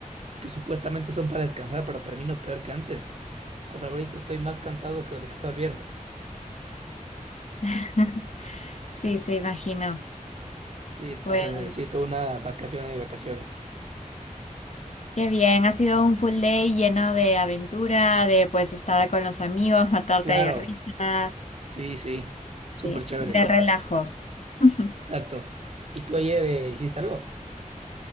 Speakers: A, on the right; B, on the left.
A: que supuestamente son para descansar, pero termino peor que antes. O sea, ahorita estoy más cansado que de lo que estaba el viernes.
B: <laughs> Sí, se imagino.
A: Sí, entonces
B: Pues.
A: necesito una vacación y vacación.
B: Qué bien, ha sido un full day lleno de aventura, de pues estar con los amigos, matarte
A: Claro,
B: de risa,
A: sí, sí, súper
B: de,
A: chévere,
B: de relajo. <laughs>
A: exacto. ¿Y tú ayer eh, hiciste algo?